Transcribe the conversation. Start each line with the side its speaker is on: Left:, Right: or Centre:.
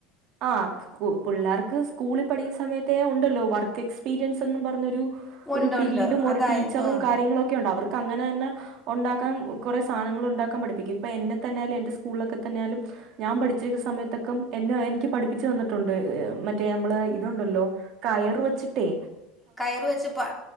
Right: അഹ് പിള്ളേർക്ക് സ്കൂളിൽ പഠിക്കുന്ന സമയത്ത ഉണ്ടല്ലോ വർക്ക് എക്സ്പീരിയൻസ് എന്നും പറഞ്ഞൊരു
Centre: ഉണ്ട്
Right: ഒരു പിരീഡും
Centre: ഉണ്ട്
Right: ഒരു
Centre: അതായി
Right: ടീച്ചറും
Centre: ആഹ്
Right: കാര്യങ്ങളും ഒക്കെ ഉണ്ട് അവർക്ക് അങ്ങനെ തന്നെ ഉണ്ടാക്കൻ കുറെ സാധനങ്ങൾ ഉണ്ടാക്കാൻ പഠിപ്പിക്കും ഇപ്പൊ എന്നെ തന്നെയാലും എൻ്റെ സ്കൂളിലൊക്കെ തന്നെയാലും ഞാൻ പഠിച്ചേക്ക സമയത്തൊക്കെ എന്നെ എനിക്ക് പഠിപ്പിച്ച് തന്നിട്ടുണ്ട് മറ്റേ നമ്മള് ഇതുണ്ടല്ലോ കയറ് വച്ചിട്ടേ
Centre: കയറി വെച്ച് പ